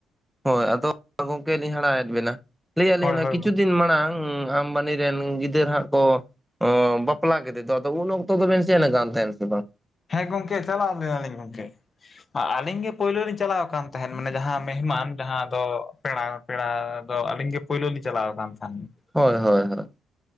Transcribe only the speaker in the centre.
ᱦᱳᱭ ᱟᱫᱚ ᱜᱚᱝᱠᱮ ᱞᱤᱧ ᱦᱟᱨᱟᱜ ᱮᱫ ᱵᱮᱱᱟ, ᱞᱟᱹᱭ ᱟᱞᱤᱧ
ᱠᱤᱪᱷᱩ
ᱫᱤᱱ ᱢᱟᱲᱟᱝ, ᱟᱢ ᱵᱟᱱᱤ ᱨᱮᱱ ᱜᱤᱫᱟᱹᱨ ᱦᱟᱸᱜ ᱠᱚ, ᱚ ᱵᱟᱯᱞᱟ ᱠᱮᱫᱮᱫᱚ ᱟᱫᱚ ᱩᱱ ᱚᱠᱛᱚ ᱫᱚ ᱵᱮᱱ ᱥᱮᱱ ᱠᱟᱱ ᱛᱟᱦᱮᱱ ᱥᱮ ᱵᱟᱝ?
ᱦᱳᱭ ᱦᱳᱭ ᱦᱳᱭ᱾